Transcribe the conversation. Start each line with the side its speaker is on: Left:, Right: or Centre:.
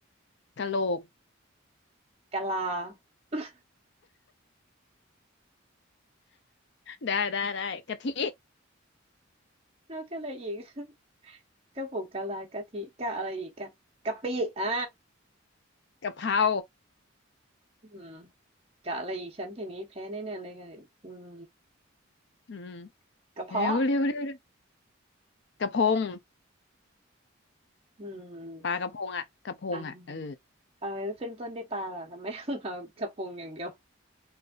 Left: กะโหลก
Right: กะลา <laughs>
Left: ได้ได้ได้กะทิ
Right: แล้วก็อะไรอีก <laughs> กระปุกกะลากะทิกะอะไรอีกกะกะปิอ่ะ
Left: กะเพรา
Right: อืมกะอะไรอีกฉันทีนี้แพ้แน่ๆเลยไงอืม
Left: อืม
Right: กระเพาะ
Left: เร็วเร็วเร็วเร็วกระพง
Right: อืม
Left: ปลากระพงอ่ะกระพงอ่ะเออ
Right: อ่ะเออขึ้นต้นด้วยปลาเหรอทำไม <laughs> เรากระปรุงอย่างเดียว